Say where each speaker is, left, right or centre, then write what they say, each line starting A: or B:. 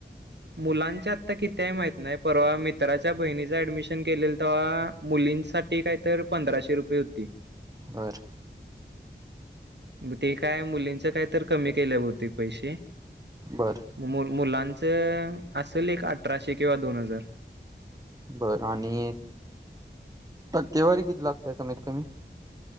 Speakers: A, on the right (about 65°); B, on the right (about 20°).
A: मुलांची आता किती हाय माहित नाय परवा मित्राच्या बहिणीच ऍडमिशन केलेलं तवा, मुलींसाठी कायतर पंधराशे रुपये होती.
B: बर
A: मग ते, काय मुलींच काय तर कमी केल्या बहुतेक पैसे.
B: बर.
A: मु मुलांचं असेल एक अठराशे किंवा दोन हजार.
B: बर. आणि टक्केवारी किती लागतेय, कमीत कमी